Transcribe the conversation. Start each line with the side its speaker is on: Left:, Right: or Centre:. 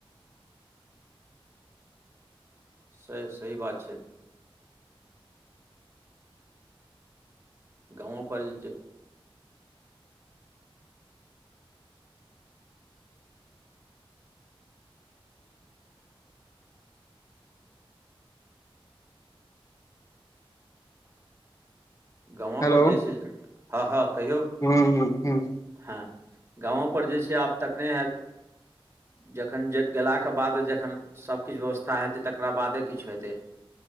Right: से सही बात छैय। गाँव पर जे गाँव
Left: हेलो
Right: पर जे छै, हँ -हँ कहियौ।
Left: हुं हुं हुं
Right: हँ, गाँवो पर जे छैय, आब तखने हेऽत। जखन जे गेलाके बाद जखन सब किछ व्यवस्था हेतै, तकरा बादे किछो हेतै,